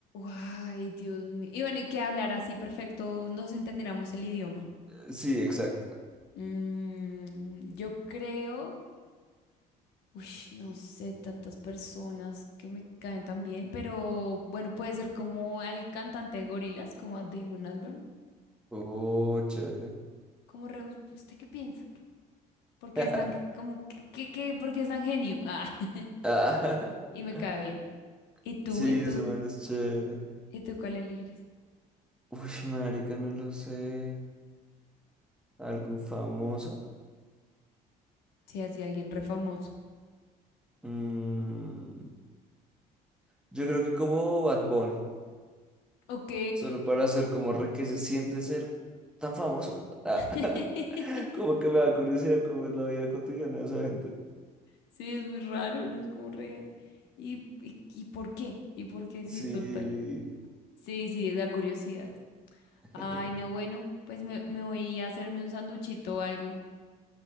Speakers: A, on the left (about 80°); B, in the centre.
A: ay, Dios mío. Y bueno, y que hablar así perfecto, nos entendiéramos el idioma.
B: Eh, Sí, exacto.
A: Mm, yo creo. Uy, no sé, tantas personas que me caen tan bien, pero bueno, puede ser como el cantante de Gorilas, como a Damon Albarn.
B: Oh, chévere.
A: ¿Cómo re- usted qué piensa? ¿Por qué
B: <laughs>
A: es tan como que, que, que- por qué es tan genio? Ah, <laughs>
B: Ah,
A: y me
B: <laughs>
A: cae bien. ¿Y tú?
B: Sí,
A: ¿Y tú?
B: ese man es chévere.
A: ¿Y tú cuál elegirías?
B: Uy, marica, no lo sé. ¿Algún famoso?
A: Sí, así alguien re famoso.
B: Mm, yo creo que como Bad Bunny,
A: Ok.
B: solo para hacer como re que se siente ser tan famoso. <laughs>
A: <laughs>
B: como que me da curiosidad cómo es la vida cotidiana de esa gente.
A: Sí, es muy raro, ¿no? Es como re. ¿Y, y, y por qué? ¿Y por qué? Sí,
B: Sí.
A: total. Sí, sí, da curiosidad.
B: <laughs>
A: Ay, no, bueno, pues me, me voy a hacerme un sanduchito o algo.